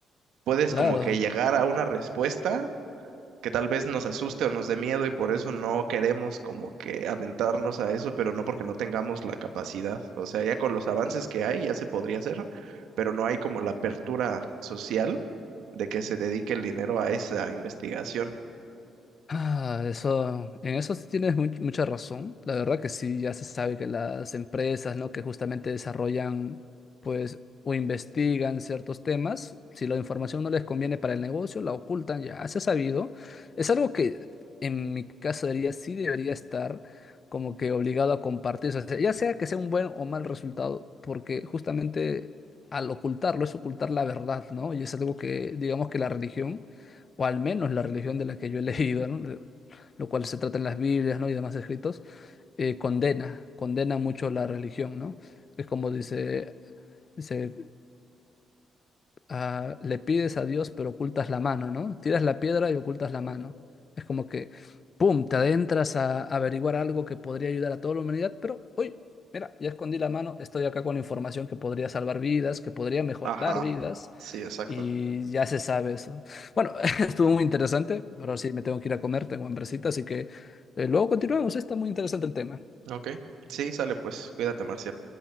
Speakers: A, on the right (about 80°); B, on the left (about 40°).
A: puedes
B: claro.
A: como que llegar a una respuesta que tal vez nos asuste o nos dé miedo y por eso no queremos como que adentrarnos a eso, pero no porque no tengamos la capacidad. O sea, ya con los avances que hay ya se podría hacer, pero no hay como la apertura social de que se dedique el dinero a esa investigación.
B: Ah, eso, en eso sí tienes mu- mucha razón. La verdad que sí, ya se sabe que las empresas, ¿no? Que justamente desarrollan, pues, o investigan ciertos temas, si la información no les conviene para el negocio, la ocultan, ya se ha sabido. Es algo que en mi caso diría, sí debería estar como que obligado a compartir, o sea, ya sea que sea un buen o mal resultado, porque justamente al ocultarlo es ocultar la verdad, ¿no? Y es algo que, digamos que la religión o al menos la religión de la que yo he <laughs> leído, ¿no? lo cual se trata en las Biblias, ¿no? y demás escritos, eh, condena, condena mucho la religión, ¿no? Es como dice, dice, ah, le pides a Dios pero ocultas la mano, ¿no? Tiras la piedra y ocultas la mano. Es como que, ¡pum!, te adentras a averiguar algo que podría ayudar a toda la humanidad, pero, uy, mira, ya escondí la mano, estoy acá con información que podría salvar vidas, que podría mejorar
A: Ajá,
B: vidas
A: sí, exacto.
B: y ya se sabe eso. Bueno, <laughs> estuvo muy interesante, pero sí me tengo que ir a comer, tengo hambrecita, así que eh, luego continuamos, está muy interesante el tema.
A: Ok, sí, sale pues, cuídate, Marcial,